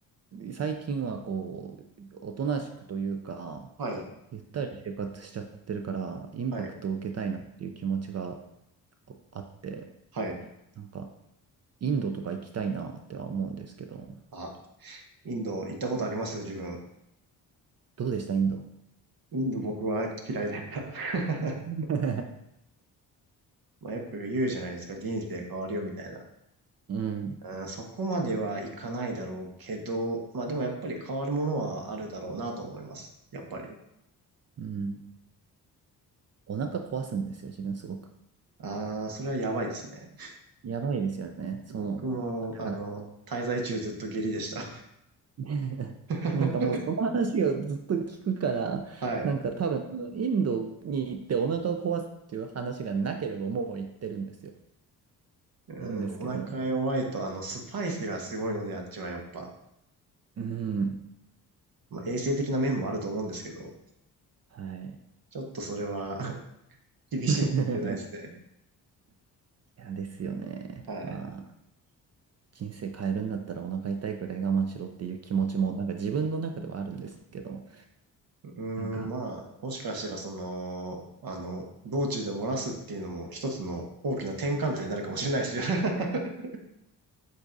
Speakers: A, on the right (about 40°); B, on the right (about 55°).
A: う、最近は、こう、おとなしくというか、
B: はい。
A: ゆったり生活しちゃってるから、インパクトを受けたいなっていう気持ちが
B: はい。
A: こうあって、
B: はい。
A: なんか、インドとか行きたいなっては思うんですけど、
B: あ、インド行ったことありますよ、自分。
A: どうでした、インド
B: インド僕は嫌いだった。<laughs>
A: <laughs>
B: まあよく言うじゃないですか。人生変わるよ、みたいな。
A: うん、
B: うん、そこまではいかないだろうけど、まあでもやっぱり変わるものはあるだろうなと思います。やっぱり。
A: うん。お腹壊すんですよ、自分すごく。
B: ああ、それはやばいですね。
A: やばいですよね。その、
B: 僕も、
A: だから
B: あの、滞在中ずっと下痢でした。
A: <laughs>
B: <laughs>
A: なんかもうその話をずっと聞くから、
B: はい。
A: なんか多分インドに行ってお腹を壊すっていう話がなければもう行ってるんですよ。
B: うん、
A: なんですけど。
B: お腹弱いと、あの、スパイスがすごいので、あっちはやっぱ。
A: うん。
B: まあ、衛生的な面もあると思うんですけど、
A: はい。
B: ちょっとそれは <laughs> 厳しいかもしれないですね。
A: <laughs> いや、ですよね。
B: はい。
A: まあ、人生変えるんだったらお腹痛いくらい我慢しろっていう気持ちも、なんか自分の中ではあるんですけど、
B: うーん、
A: なんか、
B: まあ、もしかしたらその、あの、道中で漏らすっていうのも一つの大きな転換点になるかもしれないですよ。<laughs>